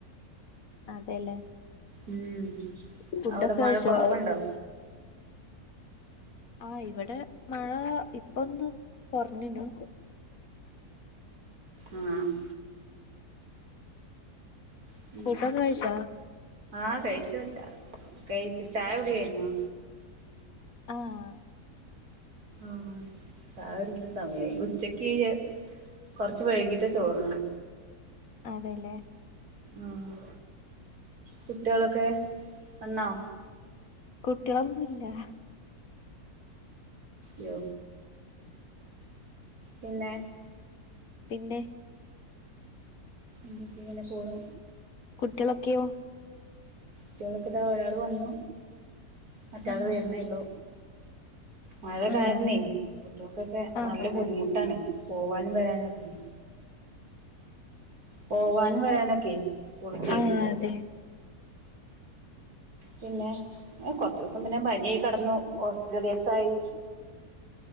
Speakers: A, on the left; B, on the right.
A: അതെല്ലേ.
B: ഉം
A: ഫുഡൊക്കെ
B: അവിടെ
A: കഴിച്ചോ?
B: മഴ കുറവുണ്ടോ
A: ആഹ് ഇവടെ മഴ ഇപ്പൊന്ന് കൊർഞ്ഞുനു.
B: ആഹ് പിന്നെ
A: ഫുഡൊക്കെ കഴിച്ചോ?
B: ആഹ് കഴിച്ചു ച്ചാ. കഴിച്ചു ചായ കുടി കഴിഞ്ഞൊ?
A: ആഹ്
B: ആഹ്. ചായ കുടിക്ക്യ്ണ സമയായി. ഉച്ചക്ക് കൊറച്ച് വഴ്കീട്ടാ ചോറ് ന്നത്.
A: അതെല്ലേ
B: ആഹ്. കുട്ടിയേളൊക്കെ, വന്നോ?
A: കുട്ട്യേളൊന്നുല്ല.
B: യ്യോ പിന്നെ
A: പിന്നെ
B: എന്തൊക്കെ. ഇങ്നെ പോണു.
A: കുട്ടിയേളൊക്കെയോ.
B: കുട്ടിയേളൊക്കെ ഇതാ ഒരാള് വന്നു മറ്റെയാള്
A: ആഹ്
B: വര്ണേ ള്ളു. മഴ കാരണേ
A: ആഹ്
B: കുട്ടികൾക്കൊക്കെ
A: ആഹ്
B: നല്ല ബുദ്ധിമുട്ടാണ് പോവാനും വരാനും ഒക്കെയ്. പോവാനും വരാനൊക്കെ സ്കൂൾക്കേ
A: ആഹ് അതെ
B: പിന്നെ. ഏഹ് കൊറച്ചൂസം പിന്നെ പനിയായ് കെടന്നു ഹോസ്പിറ്റൽ കേസ് ആയി.